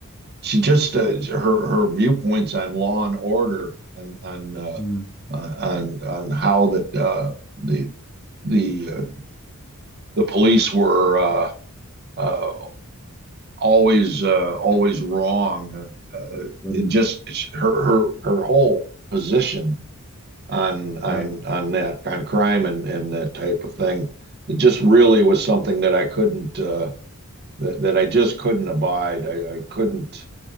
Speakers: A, on the right; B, in the centre.
A: she just uh, her her viewpoints on law and order on on uh,
B: mm,
A: uh, on on how that uh, the the uh, the police were uh, uh, always uh, always wrong. Uh, uh,
B: mm,
A: it just it's her her her whole position on on
B: right.
A: on that on crime and and that type of thing. It just really was something that I couldn't uh, that that I just couldn't abide. I, I couldn't